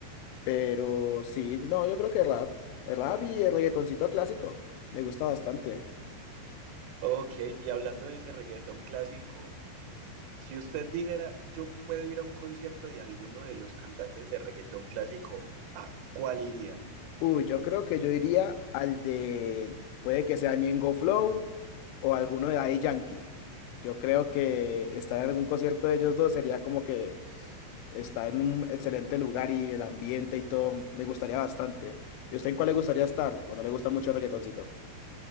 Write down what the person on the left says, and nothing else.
pero sí, no, yo creo que rap, el rap y el reggaetoncito clásico, me gusta bastante.
Uy, yo creo que yo iría al de, puede que sea Ñengo Flow o alguno de Daddy Yankee. Yo creo que estar en algún concierto de ellos dos sería como que estar en un excelente lugar y el ambiente y todo me gustaría bastante. ¿Y usted en cuál le gustaría estar? ¿O no le gusta mucho el reggaetoncito?